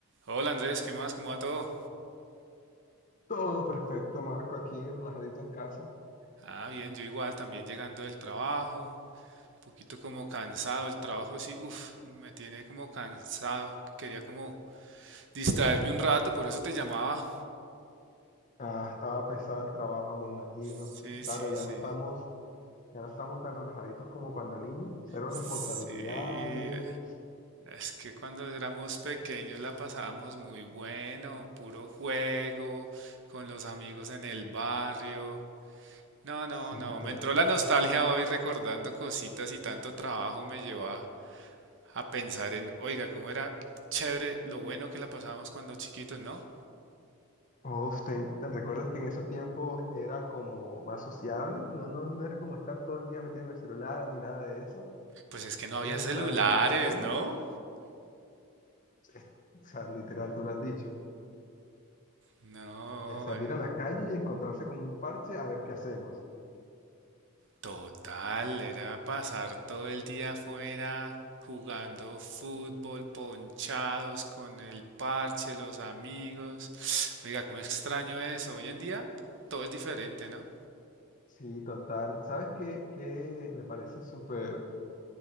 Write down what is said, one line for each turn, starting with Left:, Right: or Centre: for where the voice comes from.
Right: Hola Andrés, ¿qué más? ¿Cómo va todo?
Left: Todo perfecto, Marco, aquí relajadito en casa.
Right: Ah, bien, yo igual, también llegando del trabajo, un poquito como cansado, el trabajo sí, uff, me tiene como cansado, quería como distraerme un rato, por eso te llamaba.
Left: Ah, estaba pesado el trabajo, me imagino.
Right: Sí, sí,
Left: Claro, ya
Right: sí,
Left: no estamos, ya no estamos tan relajaditos como cuando niños. Cero
Right: sí,
Left: responsabilidades.
Right: es que cuando éramos pequeños la pasábamos muy bueno, puro juego, con los amigos en el barrio. No, no,
Left: Sí,
Right: no,
Left: total.
Right: me entró la nostalgia hoy recordando cositas y tanto trabajo me llevó a pensar en, oiga, cómo era chévere lo bueno que la pasábamos cuando chiquitos, ¿no?
Left: Uf, ¿te, te recuerdas que en esos tiempos era como más sociable? No, no, no era como estar todo el día metido en el celular ni nada de eso.
Right: Pues es que no
Left: Era
Right: había
Left: en
Right: celulares,
Left: plan a la calle,
Right: ¿no?
Left: es- o sea, literal, tú lo has dicho.
Right: No,
Left: eh, salir
Right: eh,
Left: a la calle y encontrarse con un parche a ver qué hacemos.
Right: total, era pasar todo el día afuera jugando fútbol, ponchados con el parche, los amigos. <sniffs> Oiga, cómo extraño eso. Hoy en día todo es diferente, ¿no?
Left: Sí, total. ¿Sabes qué, qué me parece súper,